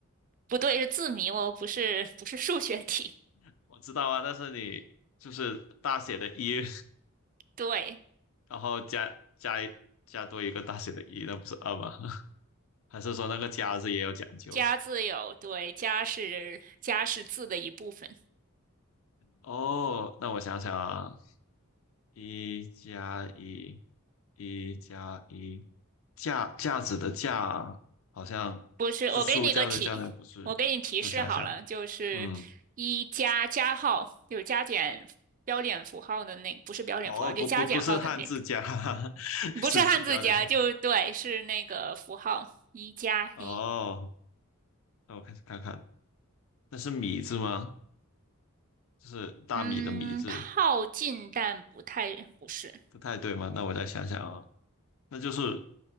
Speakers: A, on the right; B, on the left.
A: 不对，是字谜哦，不是不是数学题。
B: <laughs> 我知道啊，但是你就是大写的一，
A: <laughs> 对，
B: <laughs> 然后加加一加多一个大写的一，那不是二吗？<laughs> 还是说那个加字也有讲究？
A: 加字有，对，加是加是字的一部分。
B: 哦，那我想想啊，一加一，一加一，架架子的架好像是书架的架，
A: 不是，我给你个提，
B: 那不是？
A: 我给你提示好了，
B: 我想想，
A: 就是一加加号，
B: 嗯，
A: 有加减标点符号的那，不是标点符号，
B: 哦，不不不是汉字架，
A: 就加减号的那个，
B: <laughs>
A: 不是汉字加，
B: 是指标的。
A: 就对，是那个符号一加一。
B: 哦，那我开始看看，那是米字吗？就是大米的米字，
A: 嗯，靠近但不太，不是，
B: 不太对吗？那我再想想啊，那就是